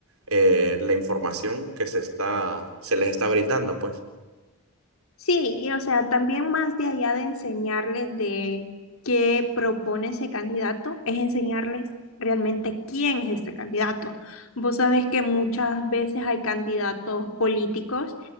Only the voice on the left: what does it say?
Sí, y o sea, también más de allá de enseñarles de qué propone ese candidato, es enseñarles realmente quién es este candidato. Vos sabés que muchas veces hay candidatos políticos